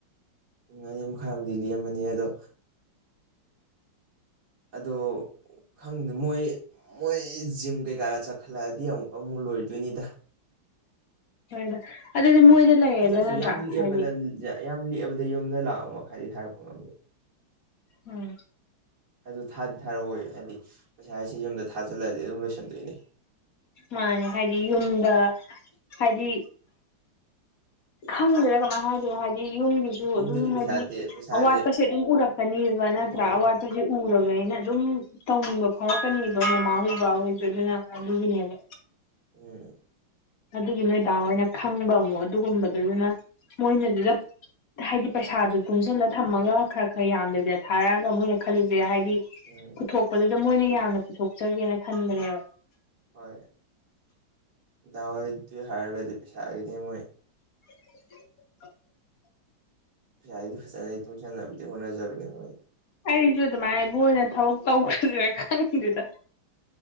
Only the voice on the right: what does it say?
ꯎꯝ ꯑꯅꯤ ꯃꯈꯥꯏ ꯃꯨꯛꯗꯤ ꯂꯦꯝꯃꯅꯤ ꯑꯗꯣ ꯑꯗꯣ ꯈꯪꯗꯦ ꯃꯣꯏ ꯃꯣꯏ ꯖꯤꯝ ꯀꯩꯀꯥꯒ ꯆꯠꯈꯠꯂꯛꯑꯗꯤ ꯑꯃꯨꯛꯀ ꯑꯃꯨꯛ ꯂꯣꯏꯗꯣꯏꯅꯤꯗ
ꯑꯗꯨꯁꯨ
ꯌꯥꯝ ꯂꯤꯛꯑꯕꯗ
ꯌꯥꯝ ꯂꯤꯛꯑꯕꯗ ꯌꯨꯝꯗ ꯂꯥꯛꯑ ꯃꯈꯥꯏꯗꯤ ꯊꯥꯔꯛꯄ ꯉꯝꯃꯤ
ꯑꯗꯨ ꯊꯥꯗꯤ ꯊꯥꯔꯛꯑꯣꯏ ꯍꯥꯏꯗꯤ ꯄꯩꯁꯥ ꯍꯥꯏꯁꯤ ꯌꯨꯝꯗ ꯊꯥꯖꯤꯜꯂꯗꯤ ꯑꯗꯨꯝ ꯂꯣꯏꯁꯤꯟꯗꯣꯏꯅꯤ
ꯌꯨꯝꯗꯗꯤ
ꯄꯩꯁꯥꯁꯦ
ꯄꯩꯁꯥꯁꯦ
ꯍꯣꯏ
ꯍꯣꯏ
ꯍꯣꯏ
ꯎꯝ
ꯎꯝ
ꯍꯣꯏ ꯗꯋꯥꯏ ꯑꯗꯨ ꯍꯔꯒꯗꯤ ꯄꯩꯁꯥꯒꯗꯤ ꯃꯣꯏ
ꯄꯩꯁꯥꯗꯤ ꯐꯖꯅ ꯑꯩ ꯇꯨꯡꯁꯟꯅꯅꯕꯗꯤ ꯍꯣꯠꯅꯖꯕꯅꯦ ꯃꯣꯏ